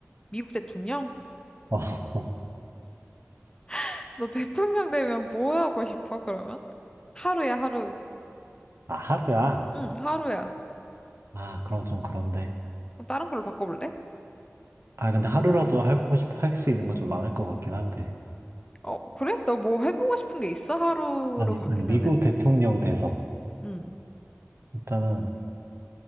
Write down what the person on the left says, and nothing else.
미국 대통령?
<laughs> 너 대통령 되면 뭐 하고 싶어, 그러면? 하루야, 하루.
응, 하루야.
그럼 다른 걸로 바꿔볼래?
어, 그래? 너 뭐 해보고 싶은 게 있어? 하루로
바뀐다면?
응,